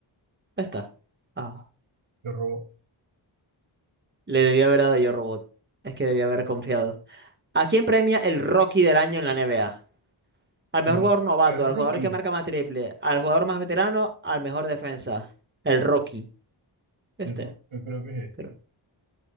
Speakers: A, on the right; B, on the right.
A: Está. Ah,
B: Yo robo.
A: le debía haber dado Yo Robot. Es que debía haber confiado. ¿A quién premia el Rocky del año en la NBA? Al
B: El,
A: mejor jugador novato,
B: el rookie.
A: al jugador que marca más triple, al jugador más veterano, al mejor defensa. El Rocky. Este,
B: el ru- Yo creo que es
A: creo.
B: este.